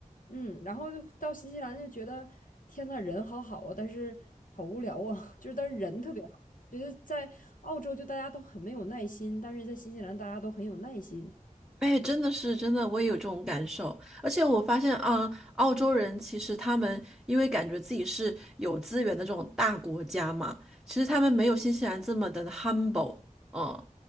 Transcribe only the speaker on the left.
嗯，然后就到新西兰就觉得天呐，人好好啊，但是好无聊啊，<laughs> 就是但是人特别好，觉得在澳洲就大家都很没有耐心，但是在新西兰大家都很有耐心。